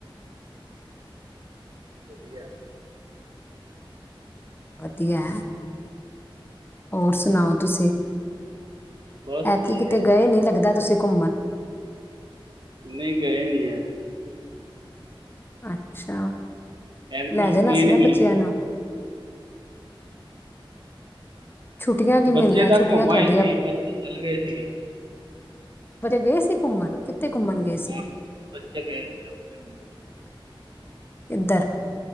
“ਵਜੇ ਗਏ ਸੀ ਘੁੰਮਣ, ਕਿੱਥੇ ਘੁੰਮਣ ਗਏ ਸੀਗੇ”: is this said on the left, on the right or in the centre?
Left